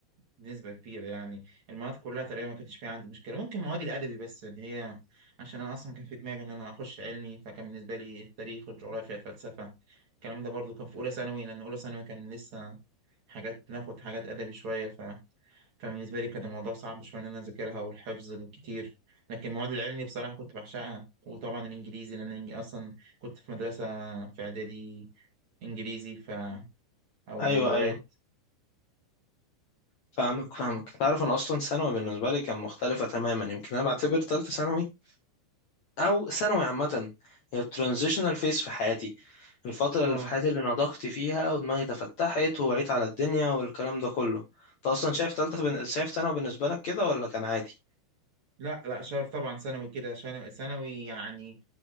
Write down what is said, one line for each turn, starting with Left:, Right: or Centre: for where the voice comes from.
Right: بنسبة كبيرة يعني المواد كلها تقريبا ما كانش فيها عندي مشكلة ممكن مواد الأدبي بس اللي هي عشان أنا أصلا كان في دماغي إن أنا أخش علمي فكان بالنسبة لي التاريخ والجغرافيا الفلسفة الكلام ده برضو كان في أولى ثانوي لأن أولى ثانوي كان لسه حاجات ناخد حاجات أدبي شوية فبالنسبة لي كان الموضوع صعب شوية إن أنا أذاكرها والحفظ الكتير لكن المواد العلمي بصراحة كنت بعشقها وطبعا الإنجليزي لأن أنا أصلا كنت في مدرسة في إعدادي إنجليزي ف أو
Left: ايوه
Right: يعني لغات
Left: ايوه فاهمك فاهمك تعرف انا اصلا ثانوي بالنسبة لي كان مختلفة تماما يمكن انا بعتبر تالتة ثانوي او ثانوي عامه هي الترانزيشنال فيس في حياتي الفتره
Right: آه
Left: اللي في حياتي اللي نضجت فيها ودماغي تفتحت ووعيت على الدنيا والكلام ده كله انت اصلا شايف تالتة بن... شايف ثانوي بالنسبه لك كده ولا كان عادي
Right: لا لا شايف طبعا ثانوي كده عشان ثانوي يعني